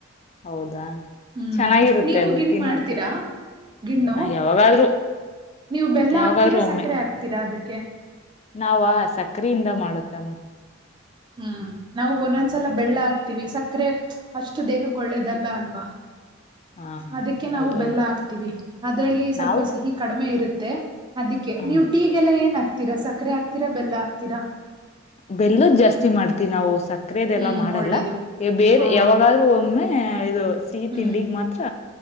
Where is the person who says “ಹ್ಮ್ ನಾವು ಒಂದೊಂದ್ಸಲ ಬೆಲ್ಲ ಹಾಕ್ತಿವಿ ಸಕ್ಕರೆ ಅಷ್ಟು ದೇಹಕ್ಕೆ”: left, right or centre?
Right